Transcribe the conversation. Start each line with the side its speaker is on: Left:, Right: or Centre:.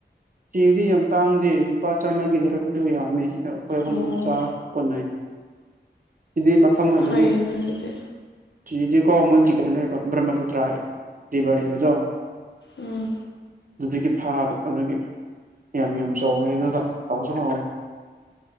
Right: ꯁꯤꯗꯤ ꯌꯥꯝ ꯇꯥꯡꯗꯦ ꯂꯨꯄꯥ ꯆꯥꯝꯃꯥꯒꯤꯗꯔꯛꯄꯗꯣ ꯌꯥꯝꯃꯦ ꯑꯩꯈꯣꯏ ꯍꯈꯣꯝꯝ
Left: ꯑꯣ
Right: ꯆ ꯀꯣꯟꯅ ꯁꯤꯗꯤ ꯃꯐꯝ ꯑꯣꯏꯕꯒꯤ
Left: ꯐꯩꯌꯦꯅ ꯑꯗꯨꯗꯤ
Right: ꯁꯤꯗꯤ ꯀ ꯃꯒꯤ ꯭ꯔꯍꯃꯄꯨꯇ꯭ꯔꯕꯕꯗꯣ
Left: ꯎꯝ
Right: ꯑꯗꯨꯗꯒꯤ ꯐꯥꯕ ꯑꯗꯨꯒꯤ ꯌꯥꯝ ꯌꯥꯝ ꯆꯥꯎꯋꯦ ꯑꯗꯨ ꯍꯥꯎꯁꯨ ꯍꯥꯎꯋꯦ